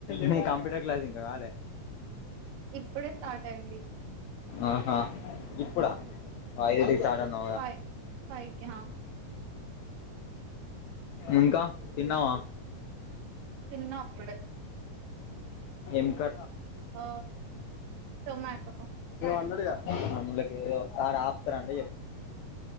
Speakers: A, on the left; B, on the right.
A: న కంప్యూటర్ క్లాస్ ఇంకా కాలే
B: ఇప్పుడే స్టార్ట్ అయింది
A: ఆ ఆ ఇప్పుడ ఐదు స్ చటా న
B: ఫైవ్ ఫైవ్ కా
A: ఇంకా తిన్నావా
B: తిన్నా అప్పుడే
A: ఏకా
B: ఆ టొమాటో
A: అన్నడుగ కి ఏదో ఆడ ఆపుతారు అంటే